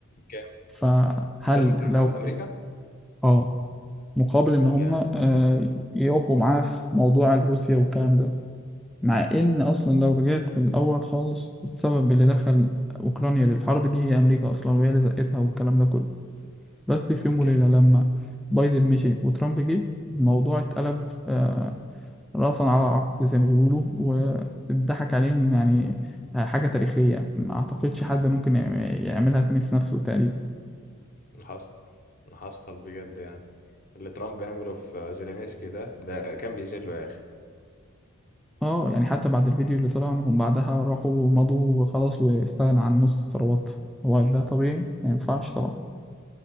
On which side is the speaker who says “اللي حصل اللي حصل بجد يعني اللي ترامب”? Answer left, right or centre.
Left